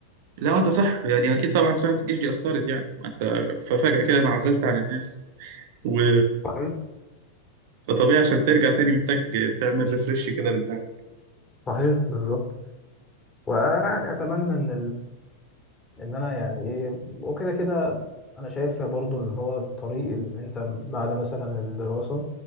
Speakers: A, on the right; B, on the left.
A: لا انت صح يعني اكيد طبعا سنه الجيش دي اثرت يعني ما انت ففجاه كده انعزلت عن الناس و...
B: صحيح
A: فطبيعي عشان ترجع تاني محتاج تعمل ريفرش كده لدماغك
B: صحيح بالظبط وانا يعني اتمنى ان ان انا يعني ايه وكده كده انا شايف برضو اللي هو الطريق اللي انت بعد مثلا الدراسة